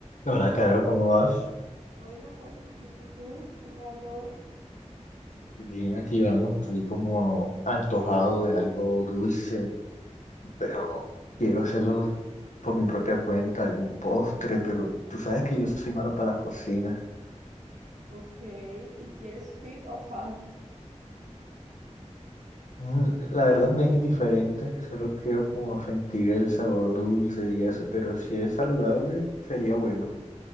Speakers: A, on the left; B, on the right.
A: Hola, Caro, ¿cómo vas?
B: Hola, Holman, bien, ¿y tú? ¿Cómo va todo?
A: Bien, aquí vamos. Estoy como antojado de algo dulce, pero quiero hacerlo por mi propia cuenta, algún postre, pero tú sabes que yo soy malo para la cocina.
B: Ok, ¿y quieres fit o fat?
A: Mm, La verdad me es indiferente, solo quiero como sentir el sabor dulce y eso, pero si es saludable, sería bueno.